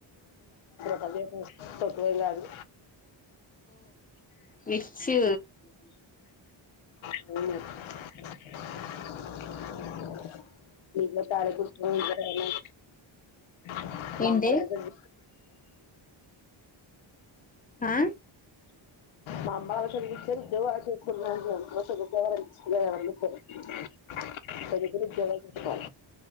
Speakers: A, on the left; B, on the left.
A: సదువు అయిపోయింది తొక్కెం కాదు
B: విచ్చు
A: అవున <inaudible> మమ్మ
B: ఏంటి
A: అ హలో
B: ఆ
A: మామ్మ వస విచారిద్ద చేసుకున్నా వ వ చదువుకొని ఉద్యోగాలు చేసుకుంటున్నాం